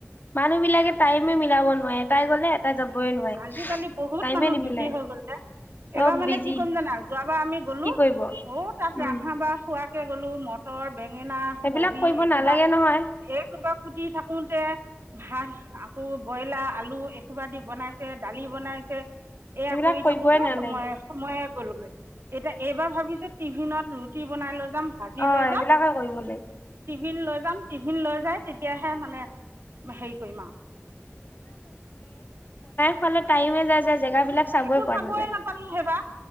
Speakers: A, on the left; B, on the right.
A: মানুহ বিলাকে টাইমে মিলাব নোৱাৰে তাই গ'লে এটা যাবই নোৱাৰে
B: আজিকালি বহুত
A: টাইমে
B: মানুহ
A: নিমিলাই
B: বিজি হৈ গল যে
A: চব
B: এইবাৰ মানে
A: বিজি
B: কি কৰিম জানা যোৱাবাৰ আমি গলো
A: কি
B: অ
A: কৰিব
B: তাত
A: উম
B: ৰন্ধা বঢ় খোৱা গ'লো মটৰ বেঙেনা
A: সেইবিলাক
B: কবি
A: কৰিব
B: এসোপা
A: নালাগে নহয়
B: এইসোবা কুটি থাকোতে ভাত আকৌ ব্ৰইলাৰ, আলু এসোপা দি বনাই দালি বনাইছে এয়া
A: সেইবিলাক
B: কৰি
A: কৰিবই
B: থাকোঁতে
A: নালাগে
B: সময়ে সময়ে গৈ এতিয়া এইবাৰ ভাবিছো টিভিনত ৰুটি বনাই লৈ ভাজি
A: অ
B: লৈ
A: এইবিলাকে
B: যাম
A: কৰিব লাগে
B: টিভিন লৈ যাম টিভিন লৈ যাই তেতিয়াহে মানে হেৰি কৰিম আৰু
A: ফালে টাইমে যায় যায় জেগাবিলাক
B: একো
A: পোৱা
B: চাবই
A: নাযায়
B: নাপালো নহয় সেইবাৰ